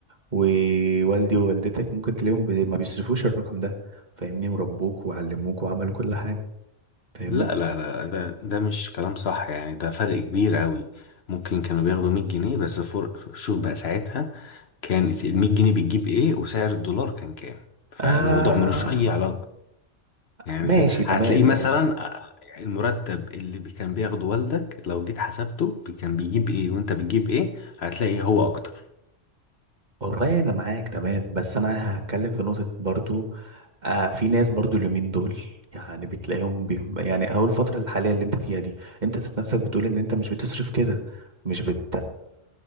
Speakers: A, on the right; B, on the left.
A: ووالدي ووالدتك ممكن تلاقيهم بي- ما بيصرفوش الرقم ده فاهمني وربوك وعلموك وعملوا كل حاجة فاهمني
B: لا لا لا ده ده مش كلام صح يعني ده فرق كبير قوي ممكن كانوا بياخدوا 100 جنيه بس فور... شوف بقى ساعتها كان ال 100 جنيه بتجيب ايه وسعر الدولار كان كام فالموضوع
A: آه
B: ملوش اي علاقه يعني
A: ماشي
B: ف...
A: تمام
B: هتلاقيه مثلا
A: تمام
B: المرتب اللي بي- كان بياخده والدك لو جيت حسبته بي- كان بيجيب ايه وانت بتجيب ايه هتلاقي هو اكتر
A: والله انا معاك تمام بس انا هتكلم في نقطة برضو آه في ناس برضو اليومين دول يعني بتلاقيهم بيهم يعني اهو الفترة الحالية اللي انت فيها دي انت ذات نفسك بتقول ان انت مش بتصرف كده مش بت